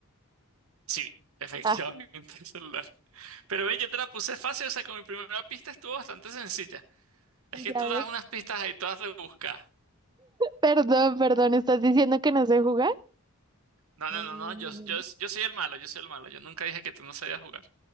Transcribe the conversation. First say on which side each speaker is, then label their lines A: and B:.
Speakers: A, on the right (about 70°); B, on the right (about 20°).
A: sí, efectivamente
B: Ah,
A: <laughs> el celular. Pero ve, yo te la puse fácil, o sea, con mi primera pista estuvo bastante sencilla. Es
B: ya
A: que tú
B: ves.
A: das unas pistas ahí todas rebuscadas.
B: Perdón, perdón, ¿estás diciendo que no sé jugar?
A: No,
B: No,
A: no,
B: no,
A: no, no, yo,
B: no, no.
A: yo,
B: no.
A: yo soy el malo, yo soy el malo. Yo nunca dije que tú no sabías jugar.